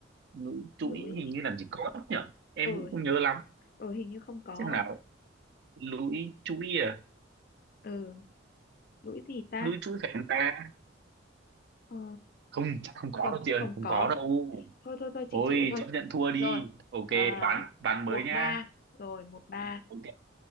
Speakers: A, on the right (about 55°); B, on the left (about 45°).
A: lũi thũi
B: lũi
A: hình như làm gì có nhỉ em
B: ừ
A: cũng không nhớ lắm
B: ừ hình như không có
A: xem nào lũi thũi à
B: ừ lũi gì ta
A: lũi thũi phải không ta
B: ờ,
A: không chắc không có
B: không
A: đâu chị ơi
B: không
A: không
B: có
A: có đâu
B: thôi thôi thôi chị
A: thôi
B: chịu thôi
A: chấp nhận thua đi
B: rồi
A: ok
B: à,
A: bán bán mới
B: một
A: nhá
B: ba rồi một ba
A: ok